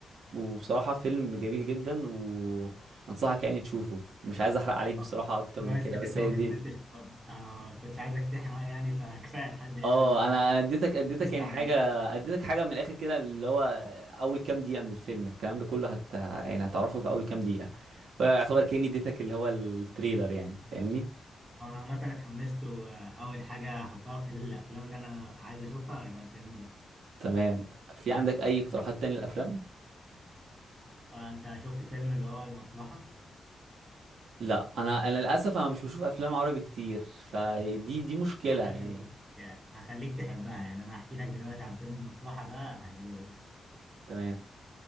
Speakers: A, on the right; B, on the right.
A: وبصراحة فيلم جميل جدا وأنصحك يعني تشوفه مش عايز أحرق عليك بصراحة
B: آه،
A: أكتر
B: كويس
A: من كده
B: انك
A: بس
B: انت
A: هي
B: ما
A: دي
B: كملتش آه كنت عايزك تحرق يعني فكفايه لحد هنا
A: اه
B: انا
A: انا انا اديتك اديتك
B: اتحمست
A: يعني
B: عامه
A: حاجه اديتك حاجه من الاخر كده اللي هو اول كام دقيقه من الفيلم الكلام ده كله هت يعني هتعرفه في اول كام دقيقه فيعتبر كاني اديتك اللي هو التريلر يعني فاهمني
B: آه، عامة أنا اتحمست وأول حاجة هحطها في الأفلام اللي أنا عايز أشوفها هيبقى الفيلم ده
A: تمام في عندك اي اقتراحات تاني للافلام
B: آه، أنت شفت فيلم اللي هو المصلحة
A: لا انا انا للاسف انا مش بشوف افلام عربي كتير فدي دي مشكله
B: أنا
A: يعني
B: هخليك هخليك تحبها يعني أنا هحكي لك دلوقتي عن فيلم المصلحة ده هيعجبك
A: تمام